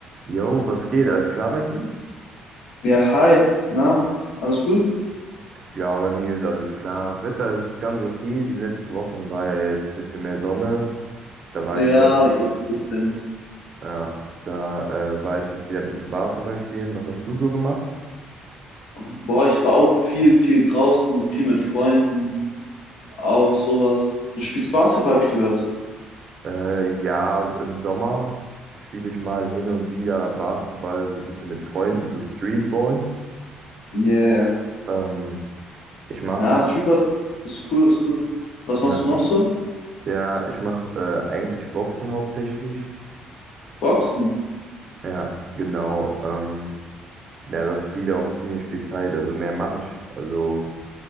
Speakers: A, on the right (about 40°); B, on the left (about 75°).
A: Jo, was geht? Alles klar bei dir?
B: Ja, hi, na, alles gut?
A: Ja, bei mir ist alles klar. Wetter ist ganz okay. Die letzten Wochen war ja jetzt ein bisschen mehr Sonne. Da war
B: Ja,
A: ich wieder ein bisschen,
B: jetzt ist denn.
A: ja, da äh, war ich jetzt wieder ein bisschen Basketball spielen. Was hast du so gemacht?
B: Boah, ich war auch viel, viel draußen, viel mit Freunden, auch sowas. Du spielst Basketball, habe ich gehört.
A: Äh, ja, im Sommer spiele ich mal hin und wieder Basketball, so ein bisschen mit Freunden, so Streetball.
B: Ja, ja.
A: Ähm, ich mache,
B: Na, Streetball ist cool, ist cool. Was machst
A: ja,
B: du noch so?
A: ja, ich mache äh, eigentlich Boxen hauptsächlich.
B: Boxen.
A: Ja, genau. Ähm, Ja, das zieht auch ziemlich viel Zeit. Also mehr mache ich, also